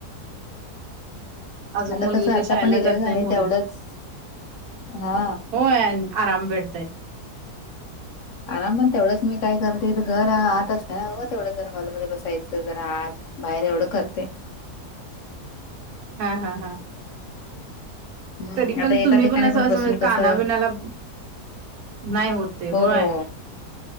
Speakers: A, on the right; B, on the left.
A: अजून
B: आता
A: मुली
B: कसं आता
A: ते शाळेला
B: पण डिलेर
A: जात नाही
B: झाले
A: म्हणून
B: तेवढंच हा
A: होय आणि आराम भेटतय.
B: आराम पण तेवढंच मी काय करते, इथ घर आत असतय ना हो तेवढं जरा हॉलमध्ये बसायचं, जरा आत बाहेर एवढं करतय.
A: हा हा हा.
B: हम्म
A: तरी पण
B: आता एका
A: तुम्ही
B: ठिकाणी
A: पण असं असं,
B: बसून
A: म्हणज काना
B: कसं
A: बिनाला नाही होत ते होय.
B: हो हो